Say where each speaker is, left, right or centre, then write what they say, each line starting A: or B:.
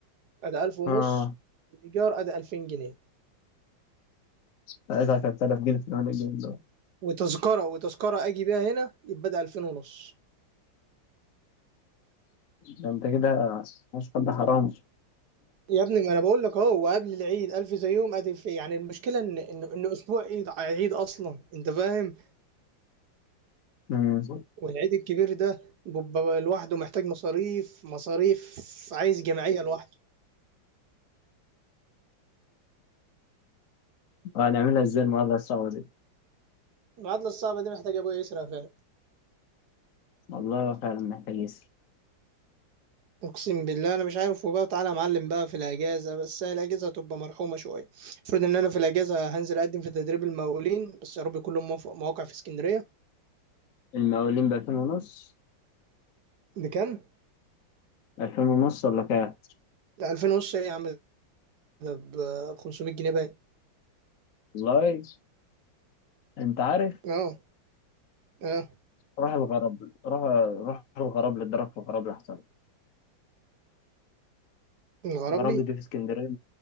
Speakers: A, on the right; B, on the left.
A: أدي 1000 ونص
B: اه
A: الإيجار أدي 2000 جنيه
B: ساعتها كانت 3000 جنيه في اليوم الجنيه دول
A: وتذكرة وتذكرة أجي بيها هنا يبقى أدي 2000 ونص
B: ده انت كده مش حد حرام
A: يا ابني ما أنا بقول لك أهو وقبل العيد 1000 زيهم أدي في يعني المشكلة إن إن إن أسبوع عيد عيد أصلا أنت فاهم
B: مم.
A: والعيد الكبير ده بيبقى لوحده محتاج مصاريف مصاريف عايز جمعية لوحده
B: هنعملها ازاي المعادلة الصعبة دي
A: العطلة الصعبة دي محتاجة أبويا يسرق فيها
B: والله فعلا محتاج يسر
A: اقسم بالله انا مش عارف وبقى تعالى يا معلم بقى في الاجازه بس هي الاجازه هتبقى مرحومه شويه المفروض ان انا في الاجازه هنزل اقدم في تدريب المقاولين بس يا رب كلهم موافق- مواقع في اسكندريه
B: المقاولين بألفين ونص
A: بكام
B: ألفين ونص ولا كام
A: 2000 ونص ايه يا عم ده ب 500 جنيه باين
B: والله انت عارف
A: اه اه
B: راح الغرب راح راح الغرب اتضرب في الغرب احسن
A: الغراب
B: الغرب
A: لي
B: دي في اسكندريه